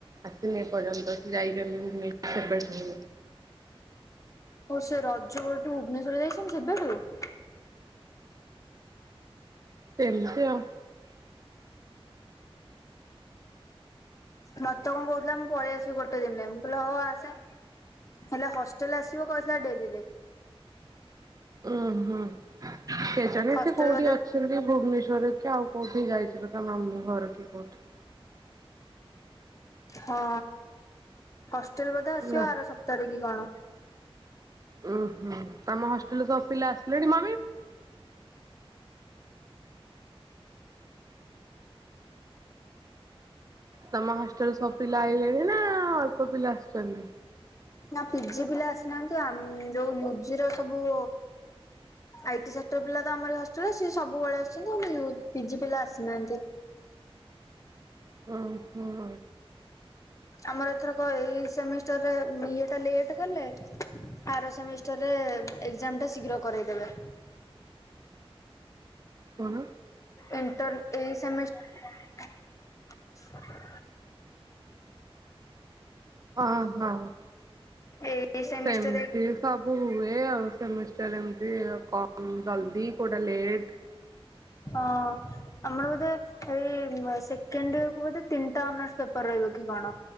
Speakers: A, on the right; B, on the left.
A: ଆସିିନ ଏ ପର୍ଯ୍ୟନ୍ତ ସେ ଯାଇଛନ୍ତି ଭୁବନେଶ୍ୱଵର ସେବେ ଠୁ
B: କଣ ସିଏ ରଜ ବେଳଠୁ ଭୁବନେଶ୍ୱର ଯାଇଛନ୍ତି ସେବେଠୁ?
A: ସେମିତି ଆଉ
B: ମତେ କଣ କହୁଥିଲା ମୁଁ ପଳେଇ ଆସିବି ଗୋଟେ ଦିନରେ ମୁଁ କହିଲି ହଉ ଆସେ ହେଲେ ହଷ୍ଟେଲ ଆସିବ କହିଥିଲା ଡେରିରେ
A: ଉଁ ହୁଁ କେ ଜାଣେ
B: ହଷ୍ଟେଲ
A: ସେ କୋଉଠି
B: ବୋଧେ
A: ଅଛନ୍ତି ଭୁବନେଶ୍ୱରରେ କି ଆଉ କୋଉଠି ଯାଇଥିବ ତା ମାମୁଁ ଘର କି କୋଉଠି?
B: ହଁ ହଷ୍ଟେଲ ବୋଧ ଆସିବ
A: ନା
B: ଆର ସପ୍ତାହରେ କି କଣ?
A: ଉ ହୁଁ ତମ ହଷ୍ଟେଲକୁ ସବୁ ପିଲା ଆସିଲେଣି? ତମ ହଷ୍ଟେଲ ସବ ପିଲା ଆଇଗଲେଣି ନା ଅଳ୍ପ ପିଲା? ଆସିଛନ୍ତି?
B: ନା ପିଜି ପିଲା ଆସିନାହାନ୍ତି ଆ ଯୋଉ ମୁଜିର ସବୁ ଆଇ ସେକ୍ଟର ପିଲା ତ ଆମରି ହଷ୍ଟେଲ ସିଏ ସବୁବେଳେ ଅଛନ୍ତି ଆ ପିଜି ପିଲା ଆସିନାହାନ୍ତି।
A: ହଁ ହୁଁ।
B: ଆମର ଏଥରକ ଏଇ ସେମିଷ୍ଟରରେ ଇଏ ଟା ଲେଟ କଲେ ଆର ସେମିଷ୍ଟରରେ ଏକ୍ଜାମ ଟା ଶୀଘ୍ର କରାଇଦେବେ
A: କଣ
B: ଇଣ୍ଟର ଏଇ ସେମିଷ୍ଟ
A: ହଁ ହଁ।
B: ଏଇ ସେମିଷ୍ଟର
A: ସେମିତି ସବୁ ହୁଏ ଆଉ ସେମିଷ୍ଟାର ଏମତି କଣ ଜଲ୍ଦି କେୋଉଟା ଲେଟ୍
B: ହଁ ଆମର ବୋଧେ ଏଇ ସେକେଣ୍ଡ ଇୟର କ ବୋଧେ ତିନିଟା ଅନ ପେପର୍ ରହିବ କି କଣ